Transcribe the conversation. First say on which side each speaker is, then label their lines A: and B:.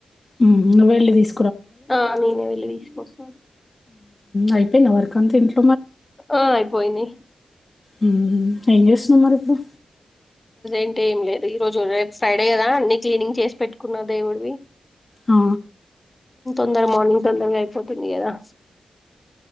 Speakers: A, on the left; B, on the left.
A: హ్మ్ వెళ్ళిదిస్
B: ఆ నేనే వెళ్ళి తీసుకోస్త బ
A: అయిపోయిందా వర్క్ అంత ఇంట్లో
B: ఆ ఆయిపోయింది
A: మ్మ్ ఏం చేస్తున్నావు మరి ఇంక
B: ంట ఏం లేదు ఈ రోజు రేపు ఫ్రైడే కదా అన్ని క్లినింగ్ చేసి పెట్టుకున్న దేవుడివి
A: ఆ
B: ఇందాక మార్నింగ్ తొందరగా అయిపోతుంది కదా